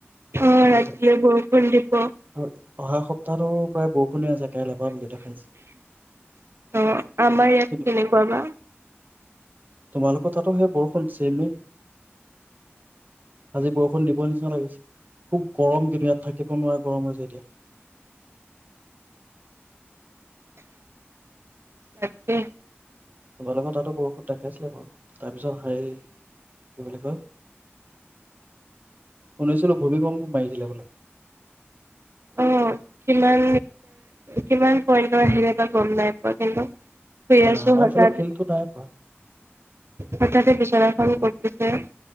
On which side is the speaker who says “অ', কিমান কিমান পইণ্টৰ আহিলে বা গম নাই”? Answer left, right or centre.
Right